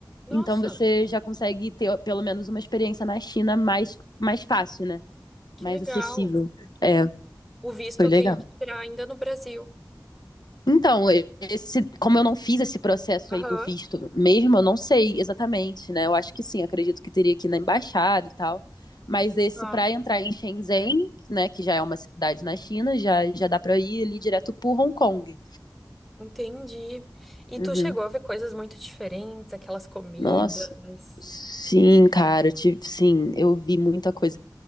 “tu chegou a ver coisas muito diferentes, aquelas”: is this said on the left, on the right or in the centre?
Centre